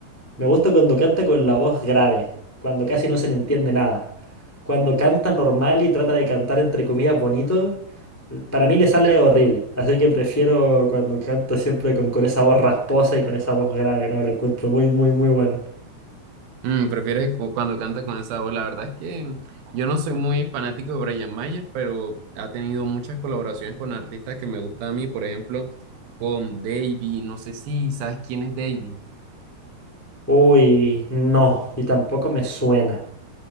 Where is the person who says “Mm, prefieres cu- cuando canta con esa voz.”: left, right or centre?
Right